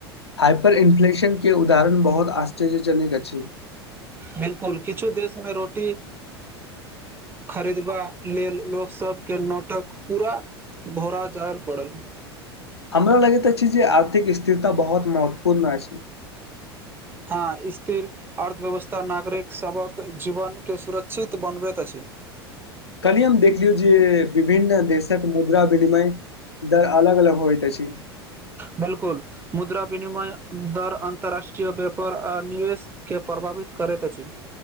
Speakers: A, on the left (about 80°); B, on the right (about 15°).
A: हाइपर इन्फ्लेशन के उदाहरण बहुत आश्चर्यजननक अछि
B: बिलकुल किछु देशमें रोटी खरीदबा लेल लोकसभके नोटक पूरा भोरा जाय पड़ल
A: हमरा लगैत अछि जे आर्थिक स्थिरता बहुत महत्वपूर्ण अछि
B: हँ स्थिर अर्थव्यवस्था नागरिक सबक जीवन के सुरक्षित बनबैत अछि
A: कहलिय हम देखलियौ जे विभिन्न देश क मुद्रा विनिमय जर अलग अलग होयत अछि
B: बिल्कुल मुद्रा विनिमय दर अन्तरराष्ट्रीय व्यापार आ निवेश के प्रभावित करैत अछि